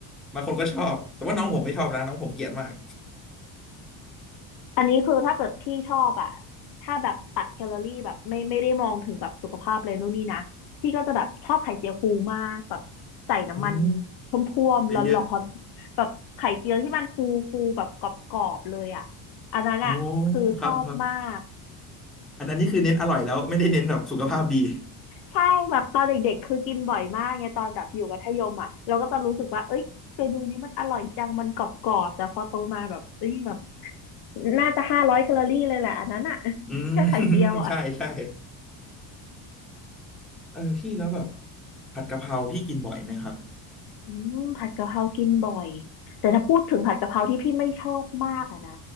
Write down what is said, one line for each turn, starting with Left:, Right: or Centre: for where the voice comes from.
Centre: บางคนก็ชอบแต่ว่าน้องผมไม่ชอบนะน้องผมเกลียดมาก
Left: อันนี้คือถ้าเกิดพี่ชอบอะถ้าแบบตัดแคลอรี่แบบไม่ไม่ได้มองถึงแบบสุขภาพเลยนู่นนี่นะพี่ก็จะแบบชอบไข่เจียวฟูมากแบบใส่น้ำมัน
Centre: อืม
Left: ท่วมๆร้อนๆแบบไข่เจียวที่มันฟูฟูแบบกรอบๆเลยอะ
Centre: เยอะ
Left: อันนั้นอะคือชอบมาก
Centre: ๆโอ้ครับครับอันอันนี้คือเน้นอร่อยแล้วไม่ได้เน้นแบบสุขภาพดี
Left: ใช่แบบตอนเด็กๆคือกินบ่อยมากไงตอนแบบอยู่มัธยมอ่ะเราก็จะรู้สึกว่าเอ้ยเมนูนี้มันอร่อยจังมันกรอบๆแต่พอโตมาแบบเอ้ยแบบน่าจะห้าร้อยแคลอรี่เลยแหละอันนั้นอ่ะ <laughs>
Centre: อืม
Left: แค่ไข่เจียวอ่ะ
Centre: <laughs> ใช่ใช่เออพี่แล้วแบบผัดกะเพราพี่กินบ่อยไหมครับ
Left: อืมผัดกะเพรากินบ่อยแต่ถ้าพูดถึงผัดกะเพราที่พี่ไม่ชอบมากอะนะ